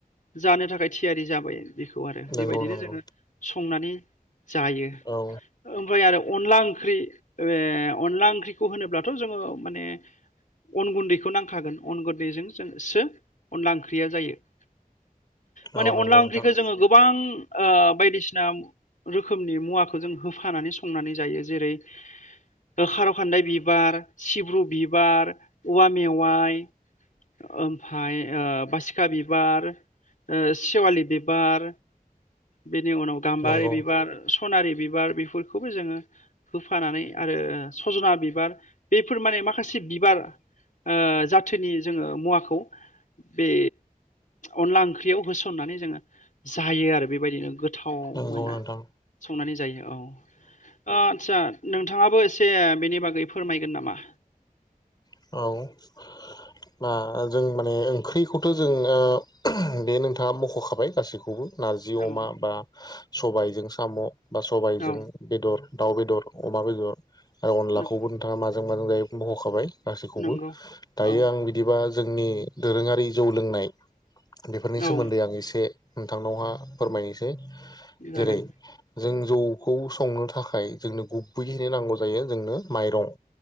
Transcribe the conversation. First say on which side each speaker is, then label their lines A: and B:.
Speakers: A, on the left (about 60°); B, on the left (about 25°).
A: जानो थाखाय थियारि जाबाय बेखौ आरो
B: नंगौ
A: बेबायदिनो
B: नंगौ
A: जोङो संनानै जायो
B: औ
A: ओमफ्राय आरो अनला ओंख्रि ए अनला ओंख्रिखौ होनोब्लाथ' जोङो माने अन गुन्दैखौ नांखागोन अन गुन्दैजों जोंसो अनला ओंख्रिया जायो। माने
B: औ नंगौ
A: अनला
B: नोंथां
A: ओंख्रिखौ जोङो गोबां ओ बायदिसिना रोखोमनि मुवाखौ जों होफानानै संनानै जायो जेरै ओ खार' खान्दाय बिबार सिब्रु बिबार औवा मेवाइ ओमफ्राय ओ बासिखा बिबार ओ सेवालि बिबार। बिनि उनाव गाम्बारि
B: नंगौ
A: बिबार सनारि बिबार बेफोरखौबो जोङो होफानानै आरो सजना बिबार बेफोर माने माखासे बिबार ओ जाथोनि जोङो मुवाखौ बे अनला ओंख्रियाव होसननानै जोङो जायो आरो बेबायदिनो गोथाव
B: नंगौ
A: मोनो।
B: नोंथां
A: संनानै जायो औ। अ आदसा नोंथाङाबो एसे बेनि बागै फोरमायगोन नामा?
B: औ। बा जों माने ओंख्रिखौथ' जों ओ बे नोंथाङा मख'खाबाय गासैखौबो। नारजि
A: औ
B: अमा बा सबायजों साम' बा सबायजों
A: औ
B: बेदर दाउ बेदर अमा बेदर आरो अनलाखौबो
A: नंगौ
B: नोंथाङा माजों माजों जायो मख'खाबाय। गासैखौबो
A: नंगौ
B: दायो
A: औ
B: आं बिदिबा जोंनि दोरोङारि जौ लोंनाय बेफोरनि
A: औ
B: सोमोन्दै आं एसे नोंथांनावहा फोरमायनोसै
A: जागोन
B: जेरै जों जौखौ संनो थाखाय जोंनो गुबैहैनो नांगौ जायो जोंनो माइरं।